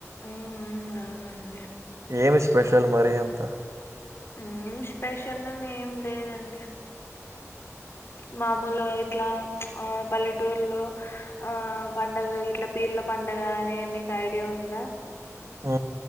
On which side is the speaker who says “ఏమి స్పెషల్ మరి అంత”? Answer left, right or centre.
Right